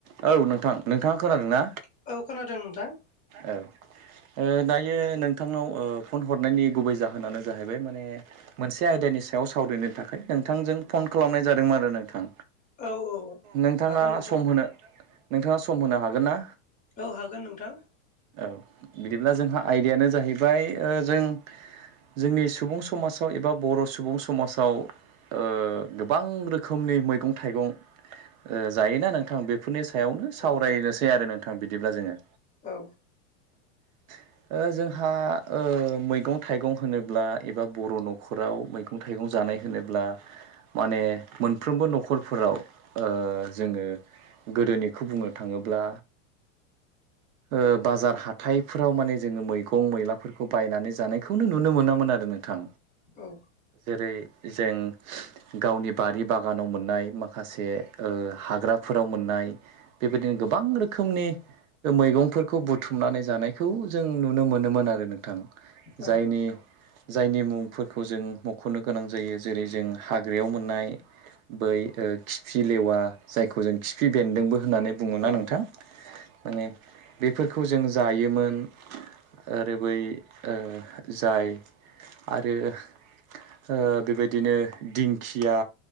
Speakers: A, on the right (about 75°); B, on the left (about 20°).
A: औ नोंथां नोंथाङा खोनादों
B: औ
A: ना?
B: औ खोनादों नोंथां।
A: औ ओ दायो नोंथांनाव ओ फन हरनायनि गुबै जाहोनानो जाहैबाय माने मोनसे आयदा नि सायाव सावरायनो थाखाय नोंथांजों फन खालामनाय जादोंमोन आरो नोंथां।
B: औ औ
A: नोंथाङा
B: हागोन नोंथां
A: सम होनो नोंथाङा सम होनो हागोन ना?
B: औ हागोन नोंथां
A: औ बिदिब्ला जोंहा आयदायानो जाहैबाय ओ जों जोंनि सुबुं समाजाव एबा बर' सुबुं समाजाव ओ गोबां रोखोमनि मैगं थाइगं ओ जोयोना नोंथां बेफोरनि सायावनो
B: औ
A: सावरायनोसै आरो नोंथां बिदिब्ला जोङो।
B: औ
A: <inaudible> ओ जोंहा ओ मैगं थाइगं होनोब्ला एबा बर' न'खराव मैगं थाइगं जानाय होनोब्ला माने मोनफ्रोमबो न'खरफोराव ओ जोङो गोदोनिखौ बुंनो थाङोब्ला ओ बाजार हाथाइफोराव माने जोङो मैगं मैलाफोरखौ बायनानै जानायखौनो नुनो मोनामोन आरो नोंथां।
B: औ
A: जेरै जों गावनि बारि बागानाव मोननाय माखासे ओ हाग्राफोराव मोननाय बेबायदिनो गोबां रोखोमनि ओ मैगंफोर खौ बुथुमनानै जानायखौ जों नुनो मोनोमोन आरो नोंथां।
B: औ
A: जायनि जायनि मुंफोरखौ जों मख'नो गोनां जायो जेरै जों हाग्रायाव मोननाय बै ओ खिफि लेवा जायखौ जों खिफि बेन्दोंबो होननानै बुङोना
B: औ
A: नोंथां। माने बेफोरखौ जों जायोमोन। आरो बै ओ जाय आरो ओ बेबायदिनो दिंखिया,